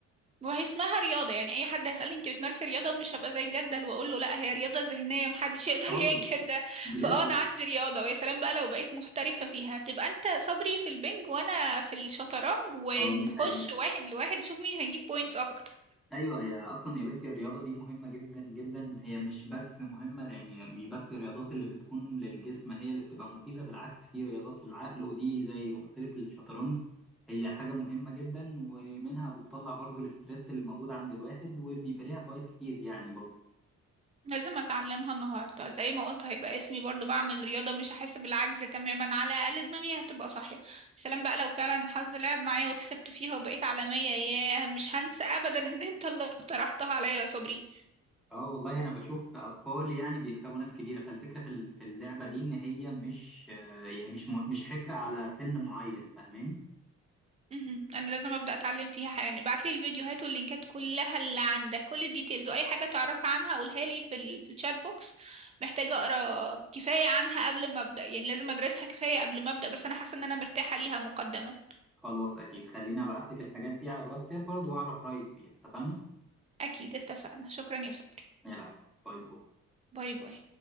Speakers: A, on the right (about 20°); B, in the centre.
A: وهي اسمها رياضه يعني اي حد هيسالني انت بتمارسي رياضه مش هبقى زي جردل واقول له لا هي رياضه ذهنيه محدش يقدر
B: اه
A: <laughs> ينكر ده
B: بجد
A: فاه انا عندي رياضه ويا سلام بقى لو بقيت محترفه فيها تبقى انت صبري في البنج وانا في الشطرنج ونخش
B: اه دي حقيقة
A: واحد لواحد نشوف مين هيجيب بوينتس اكتر
B: ايوه هي اصلا يا بنتي الرياضه دي مهمه جدا جدا هي مش بس مهمه يعني مش بس الرياضات اللي بتكون للجسم هي اللي بتبقى مفيده بالعكس في رياضات للعقل ودي زي ما قلت لك الشطرنج هي حاجه مهمه جدا ومنها بتطلع برضو الاسترس اللي موجود عند الواحد وبيبقى ليها فوائد كتير يعني برضو
A: لازم اتعلمها النهارده زي ما قلت هيبقى اسمي برضو بعمل رياضه مش هحس بالعجز تماما على الاقل دماغي هتبقى صاحيه سلام بقى لو فعلا الحظ لعب معايا وكسبت فيها وبقيت عالميه ياه مش هنسى ابدا ان انت اللي اقترحتها عليا يا صبري
B: اه والله انا بشوف اطفال يعني بيكسبوا ناس كبيره فالفكره في ال- في اللعبه دي ان هي مش آه، يعني مش م- مش حكر على سن معين فاهماني
A: مهم. انا لازم ابدا اتعلم فيها حاجه يعني ابعت لي الفيديوهات واللينكات كلها اللي عندك كل الديتيلز واي حاجه تعرفها عنها قولها لي في ال... في الشات بوكس محتاجه اقرا كفايه عنها قبل ما ابدا يعني لازم ادرسها كفايه قبل ما ابدا بس انا حاسه ان انا مرتاحه ليها مقدما
B: خلاص أكيد خليني أبعت لك الحاجات دي على الواتساب برضو وأعرف رأيك فيها اتفقنا؟
A: اكيد اتفقنا شكرا يا صبري
B: يلا باي باي
A: باي باي